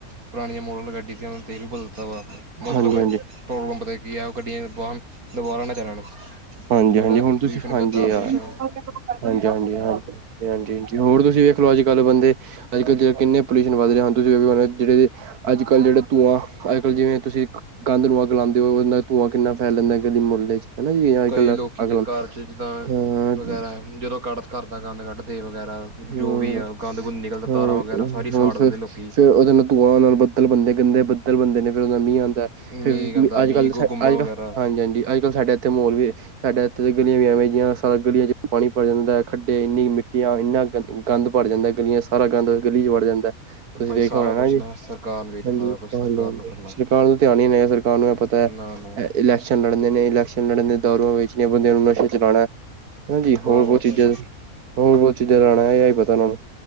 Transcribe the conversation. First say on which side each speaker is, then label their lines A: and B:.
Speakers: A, on the right (about 70°); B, on the right (about 85°).
A: ਪੁਰਾਣੀਆਂ ਮੋਡਲ ਗੱਡੀ ਤੇ ਉਹਨਾਂ ਨੇ ਤੇਲ ਵੀ ਬਦਲਤਾ ਵਾ, ਮਤਲਬ
B: ਹਾਂਜੀ ਹਾਂਜੀ
A: ਪੈਟਰੋਲ ਪੰਪ ਦਾ। ਵੀ ਆ, ਗੱਡੀਆਂ ਬੋਮ ਦੁਬਾਰਾ ਨਾ ਚੱਲਣ।
B: ਹਾਂਜੀ
A: ਜਿਹੜਾ
B: -ਹਾਂਜੀ ਹੁਣ ਤੁਸੀਂ
A: ਪੋਲਿਊਸ਼ਨ
B: ਹਾਂਜੀ
A: ਗੰਦਾ
B: ਯਾਰ
A: ਪੋਲਿਊਸ਼ਨ
B: ਹਾਂਜੀ -ਹਾਂਜੀ ਹਾਂਜੀ ਹ। ਹੋਰ ਤੁਸੀਂ ਵੇਖਲੋ ਅੱਜ ਕੱਲ੍ਹ ਬੰਦੇ। ਅੱਜ ਕੱਲ ਕਿੰਨੇ ਪੋਲਿਊਸ਼ਨ ਵਧ ਰਿਹਾ। ਹੁਣ ਤੁਸੀਂ ਵੇਖਲੋ ਜਿਹੜੇ ਅੱਜ- ਕੱਲ੍ਹ ਜਿਹੜੇ ਧੂੰਆਂ। ਅੱਜ -ਕੱਲ੍ਹ ਜਿਵੇਂ ਤੁਸੀਂ ਗੰਦ ਨੂੰ ਅੱਗ ਲਾਉਂਦੇ ਹੋ ਉਹ ਦਾ ਧੂੰਆਂ ਕਿੰਨਾ ਫੈਲਦਾ ਗਲੀ ਮੁੱਹਲੇ ਚ। ਹਨਾ ਜੀ ਅੱਜ
A: ਕਈ
B: ਕੱਲ
A: ਲੋਕੀ
B: ਅੱਗ
A: ਦੇ
B: ਲਾਉਂਦੇ
A: ਘਰ ਚ, ਜਿੱਦਾਂ
B: ਹਾਂ
A: ਵਗੈਰਾ ਜਦੋਂ ਕ ਘਰ ਦਾ ਗੰਦ ਕੱਢਦੇ ਵਗੈਰਾ।
B: ਹਮ-
A: ਜੋ ਵੀ ਆ ਗੰਦ ਗੁੰਦ ਨਿਕਲਦਾ
B: ਹਮ
A: ਤਾਰਾਂ ਵਗੈਰਾ ਸਾਰੀ ਸਾੜ
B: ਹੁਣ
A: ਦਿੰਦੇ
B: ਫ
A: ਲੋਕੀ
B: ਫਿਰ ਉਹਦੇ ਨਾਲ ਧੂੰਆਂ ਨਾਲ ਬੱਦਲ ਬੰਦੇ ਗੰਦੇ ਬਦ। ਬਦਲ ਬਣਦੇ ਨੇ ਫਿਰ ਉਹਦਾ ਮੀਹ ਆਉਂਦਾ
A: ਮੀਂਹ
B: ਫਿਰ
A: ਗੰਦਾ ਮੀਂਹ
B: ਅੱਜ -ਕੱਲ,
A: ਗੁੰਮਾ
B: ਅੱਜ -ਕੱਲ
A: ਵਗੈਰਾ
B: ਹਾਂਜੀ- ਹਾਂਜੀ। ਸਾਡੇ ਇੱਥੇ ਮੋਰ ਵੀ। ਸਾਡੇ ਇੱਥੇ ਦੇ ਗਲੀਆਂ ਵੀ ਐਵੇਂ ਜੀਆ ਸਾਰੀ ਗਲੀਆਂ ਚ ਪਾਣੀ ਭਰ ਜਾਂਦਾ। ਖੱਡੇ ਇੰਨੀ ਮਿੱਟੀਆਂ ਇੰਨਾ, ਗੰਦ ਭਰ ਜਾਂਦਾ ਗਲੀਆਂ, ਸਾਰਾ ਗੰਦ ਗਲੀ ਚ ਵੜ ਜਾਂਦਾ। ਤੁਸੀਂ
A: ਭਾਈ
B: ਵੇਖਿਆ
A: ਸਾਰਾ
B: ਹੋਣਾ
A: ਕੁਛ
B: ਨਾ ਜੀ,
A: ਸਰਕਾਰ ਨੂੰ ਚਾਹੀਦਾ
B: ਹਾਂਜੀ-
A: ਸਾਰਾ ਕੁਛ ਸਰਕਾਰ
B: ਹਾਂਜੀ -ਹਾਂਜੀ
A: ਨੂੰ ਕਰਨਾ
B: ਸਰਕਾਰ ਨੂੰ ਧਿਆਨ ਹੀ ਸਰ। ਤੁਹਾਨੂੰ ਇਹ ਪਤਾ
A: ਨਾ ਨਾ
B: ਇਲੈਕਸ਼ਨ ਲੜਣੇ ਨੇ ਇਲੈਕਸ਼ਨ ਲੜਨ ਦੇ ਦਾਰੂਆਂ ਵੇਚਣੀਆਂ ਬੰਦੇ ਨੂੰ ਨਸ਼ੇ। ਲਾਉਣਾ ਹਨਾ ਜੀ
A: ਵਾਹ
B: ਹੋਰ
A: ਵਾਹ
B: ਬਹੁਤ ਚੀਜ਼ਾਂ
A: ਭਾਈ
B: ਹੋਰ ਬਹੁਤ ਚੀਜ਼ਾਂ ਲਾਉਣਾ, ਇਹ ਹੀ ਪਤਾ ਉਹਨਾਂ ਨੂੰ।